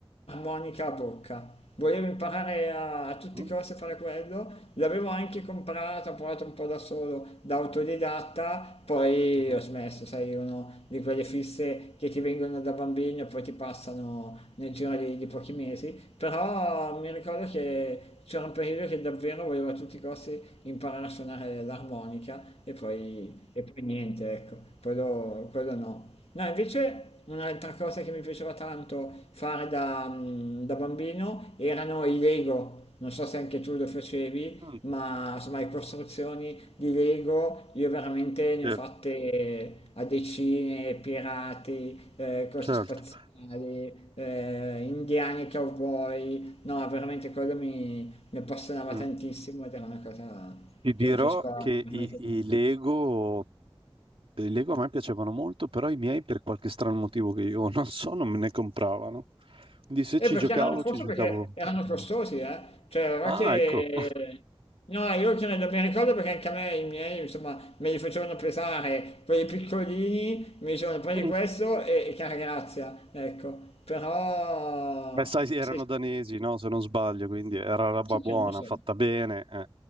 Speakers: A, on the left (about 80°); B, on the right (about 65°).
A: armonica a bocca. volevo imparare a, a tutti
B: Mm,
A: i costi a fare quello, l'avevo anche comprata, ho provato un po' da solo, da autodidatta, poi
B: mhm.
A: ho smesso, sai, uno di quelle fisse che ti vengono da bambino e poi ti passano nel giro di, di pochi mesi, però mi ricordo che c'era un periodo che davvero volevo a tutti i costi imparare a suonare l'armonica e poi, e poi niente, ecco, quello, quello no. No, invece un'altra cosa che mi piaceva tanto fare da, mm, da bambino erano i Lego. Non so se anche tu lo facevi,
B: Mm,
A: ma insomma le costruzioni di Lego io veramente ne
B: sì,
A: ho fatte a decine, pirati, eh, cose
B: certo.
A: spaziali, eh, indiani e cowboy. No, veramente quello mi, mi appassionava
B: Mm.
A: tantissimo ed era una cosa
B: Ti dirò
A: che mi piaceva
B: che
A: veramente
B: i, i
A: tanto.
B: Lego Eh, I Lego a me piacevano molto, però i miei per qualche strano motivo che io <laughs> non so, non me ne compravano. Quindi se
A: E
B: ci
A: perché
B: giocavo,
A: erano, forse
B: ci giocavo.
A: perché erano
B: con gli
A: costosi,
B: amici.
A: eh? Cioè, non
B: Ah,
A: è che...
B: ecco.
A: No, io ce ne do ben ricordo perché anche a me i miei, insomma, me li facevano pesare, quelli piccolini, mi dicevano prendi
B: <laughs>
A: questo e, e cara grazia, ecco. Però...
B: Beh, sai, erano
A: Sì, sì.
B: danesi, no? Se non sbaglio, quindi era roba
A: sai
B: buona,
A: che non lo so.
B: fatta bene, eh.